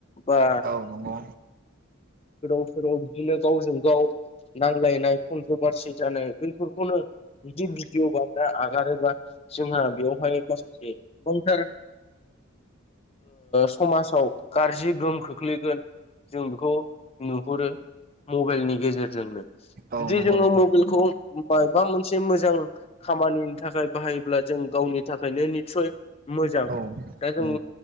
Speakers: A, on the left (about 30°); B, on the right (about 40°).
A: बा सोराव
B: औ नंगौ औ नंगौ
A: सोराव बिदिनो गावजों गाव नांज्लायनाय कन्ट्रभारसि जानाय बेफोरखौनो बिदि भिडिअ बाना आगारोबा जोंहा बेयावहाय मस सार समाजाव गाज्रि गोहोम खोख्लैगोन जों बेखौ नुहुरो मबाइलनि गेजेरजोंनो
B: औ
A: ज
B: नंगौ
A: जोंङ
B: नोंथां
A: मबलखौ माबा मोनसे मोजां खामानिनि थाखाय बाहायोब्ला जों गावनि थाखायनो निसय मोजां
B: औ
A: दा जों
B: उम